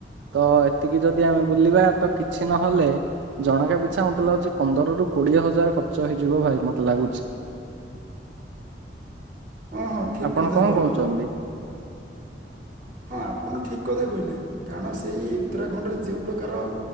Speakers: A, on the right; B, on the right.
A: ତ ଏତିକି ଯଦି ଆମେ ବୁଲିବା ତ କିଛି ନହେଲେ ଜଣକା ପିଛା ମତେ ଲାଗୁଛି, ପନ୍ଦର ରୁ କୋଡିଏ ହଜାର ଖର୍ଚ୍ଚ ହେଇଯିବ ଭାଇ ମତେ ଲାଗୁଛି!
B: ହଁ ହଁ ଠିକ
A: ଆପଣ
B: କଥା
A: କଣ
B: କହିଲ
A: କହୁଛନ୍ତି?
B: ହଁ ଆପଣ ଠିକ କଥା କହିଲେ, କାରଣ ସେଇ ଉତ୍ତରାଖଣ୍ଡରେ ଯୋଉ ପ୍ରକାର